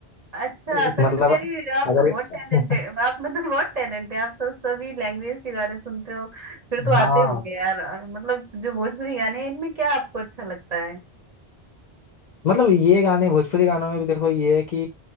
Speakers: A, on the right; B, on the left.
A: अच्छा
B: एक
A: तभी
B: मतलब
A: तो कह रही हूँ आप
B: अगर
A: तो बहुत
B: <laughs>
A: टैलेंटेड आप मतलब बहुत टैलेंट है आप तो सभी लैंग्वेज के गाने सुनते हो फिर तो आते
B: हाँ
A: होंगे यार मतलब जो भोजपुरी गाने हैं इनमें क्या आपको अच्छा लगता है
B: मतलब ये गाने भोजपुरी गानों में भी देखो ये है कि